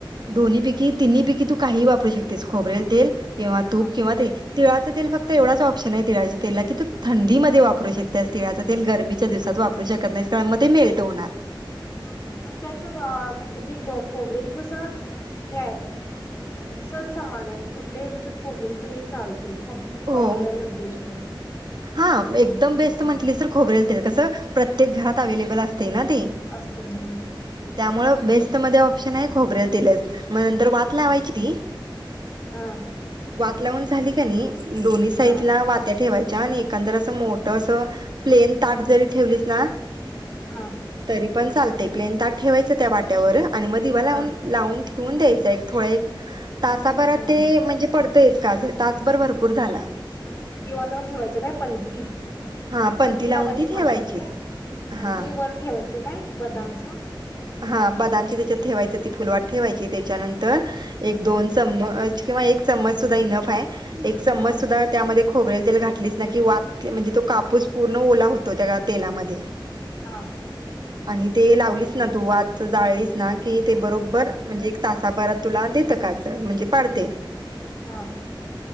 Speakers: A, on the right; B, on the left.
A: दोन्ही पैकी, तिन्ही पैकी तु काहीही वापरू शकतेस. खोबरेल तेल किंवा
B: हा
A: तूप किंवा तेल. तिळाचं तेल फक्त एवढाच ऑप्शन आहे. तीळाच्या तेलला की, तू थंडीमध्ये वापू शकतेस. तिळाचा- ते गरमीच्या दिवसात वापरू शकत नाहीस कारण मग ते मेल्ट होणार.
B: मग त्याच्या म्हणजे खोबरेल कस हे आहे. सणसमान आहे कुठल्याही ऋतूत खोबरेल तेल हे चालते. खोबरेलच वापरल्याल
A: हो
B: बेस्ट
A: हा एकदम
B: हम्म
A: बेस्ट म्हंटलीस तर खोबरेल तेल कसं प्रत्येक घरात अवेलेबल असते ना ते.
B: असते हो
A: त्यामुळे बेस्टमध्ये ऑप्शन आहे खोबरेल तेलच मग नंतर वात वात लावायची ती
B: हा
A: वात लावून झाली का नाही दोन्ही साईडला
B: हा
A: वात त्या ठेवायच्या आणि एकंदर असं मोठ असं प्लेन ताट जरी ठेवलीस ना-
B: <inaudible>
A: तरी पण चालते. प्लेन ताट ठेवायचं त्या वात्यावर आणि मग दिवा लावून
B: हा
A: लावून- ठेऊन द्यायचं. एक थोडं एक तासाभरात
B: ह
A: ते म्हणजे पडतंयच काजळ तासभर भरपूर झाला.
B: दिवा लावून ठेवायचं काय पणती?
A: हा
B: पणती
A: लावून
B: लावायची
A: ती
B: मातीची
A: ठेवायची
B: आणि
A: हा
B: ते वर ठेवायचे काय बदामच?
A: हा बदामची त्याच्यात ठेवायच. ती फुलवात ठेवायची. त्याच्यानंतर एक दोन चम्मच किंवा एक चम्मच सुद्धा इनफ आहे. एक चम्मच
B: हा
A: सुद्धा त्यामध्ये खोबरेल तेल घात घातलीस ना की, वात म्हणजे तो कापूस पूर्ण ओला होतो त्या तेलामध्ये.
B: हा.
A: आणि ते लावलीस ना तू वात जाळलीस ना की ते बरोबर
B: हा
A: म्हणजे तासाभरात तुला देत काजळ म्हणजे पाडते
B: हां